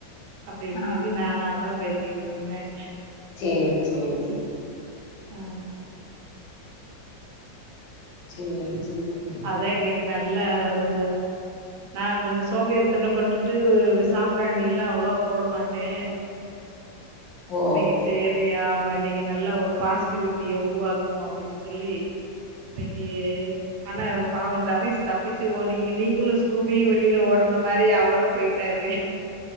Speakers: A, on the right; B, on the left.
A: அப்டி இப்டின்
B: ஆ
A: நான தான் பேசிக்கிட்டு இருந்தேன்
B: சேரி செரி
A: அ
B: சேரி சேரி த்தே
A: அதேன் இன்னைக்கி நல்லா அது நான் கொஞ்சோம் சோம்பேறித்தனம்பட்டுட்டு சாம்பிராணி எல்லாம் அவ்வளவா போட மாட்டேன்
B: ஓ
A: இன்னைக்கு சேர் ரி ஆமா இன்னைக்கு நல்லா ஒரு பாஸ்சிட்டிவிட்டிய உருவாக்குவோ அப்டின்னு சொல்லி இன்னைக்கி ஆனா பாவோம் சதீஷ் தப்பிச்சு ஓ நீ நீங்களும் ஸ்கூபியும் வெளியில ஓடுன மாரி அவரும் போயி ட்டாரு